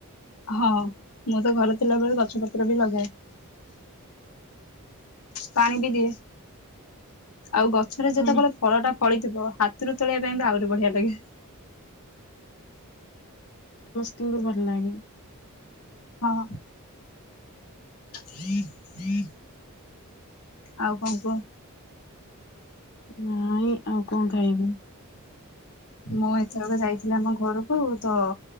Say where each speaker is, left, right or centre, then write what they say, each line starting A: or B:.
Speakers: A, on the left; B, on the left.
A: ହଁ ମୁଁ ତ ଘରେ ଥିଲାବେେଳେ ଗଛ ପତ୍ର ବି ଲଗାଏ। ପାଣି ବି ଦିଏ। ଆଉ ଗଛରେ ଯେତେବେଳେ
B: ହୁଁ।
A: ଫଳ ଟା ଫଳିଥିବ ହାତରୁ ତୋଳିବା ପାଇଁ ବି ଆହୁରି ବଢିଆ ଲାଗେ।
B: ମୁଁ ଭଲ ଲାଗେ।
A: ହଁ। <inaudible> ଆଉ କଣ କୁହ।
B: ନାଇଁ। ଆଉ କଣ କହିବି।
A: ମୁଁ ଏଥରକ ଯାଇଥିଲି ଆମ ଘରକୁ ତ